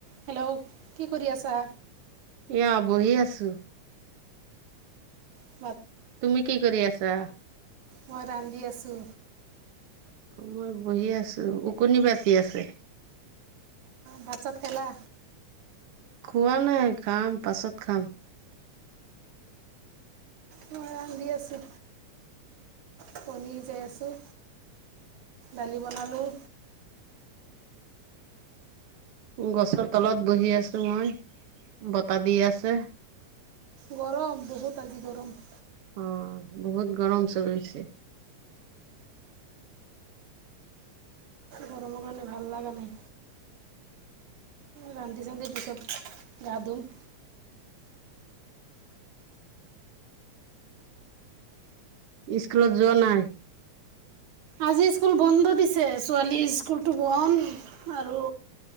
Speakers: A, on the right (about 75°); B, on the right (about 55°).
A: Hello, কি কৰি আছা?
B: এয়া বহি আছো।
A: আহ <inaudible>
B: তুমি কি কৰি আছা?
A: মই ৰান্ধি আছো।
B: মই বহি আছো, উকনি বাচি আছে।
A: ভাত চাত খালা?
B: খোৱা নাই খাম পাছত খাম।
A: মই ৰান্ধি আছো। কণী সিজাই আছোঁ দালি বনালোঁ।
B: গছৰ তলত বহি আছো মই, বতাহ দি আছে।
A: গৰম বহুত আজি গৰম।
B: অঁ বহুত গৰম চলিছে।
A: গৰমৰ কাৰণে ভাল লগা নাই। ৰান্ধি চানধি পিছত গা ধুম।
B: স্কুলত যোৱা নাই?
A: আজি স্কুল বন্ধ দিছে, ছোৱালীৰ স্কুলটো বন্ধ আৰু